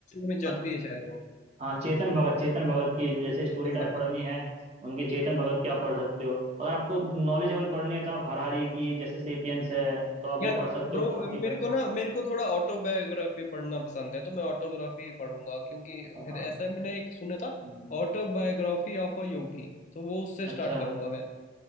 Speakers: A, on the left; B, on the right.
A: में जज
B: अ-
A: भी है शायद वो
B: हाँ चेतन भगत चेतन भगत की जैसे स्टोरी
A: एकदम
B: टाइप
A: भगत
B: पढ़नी है उनके चेतन भगत की आप पढ़ सकते हो अगर आपको नॉलेजेबल पढ़नी है तो आप हरारी की जैसे सेपियंस है तो आप वो
A: यार
B: पढ़ सकते
A: ब्रो
B: हो काफी
A: मेरे
B: बट
A: को ना मेरे को थोड़ा ऑटोबायोग्राफी पढ़ना पसंद है तो मैं ऑटोग्राफी ही पढ़ूंगा क्योंकि
B: हाँ
A: फिर ऐसा मैंने एक सुना था
B: हम्म,
A: ऑटोबायोग्राफी ऑफ अ योगी तो वो उससे
B: अच्छा
A: स्टार्ट करूंगा मैं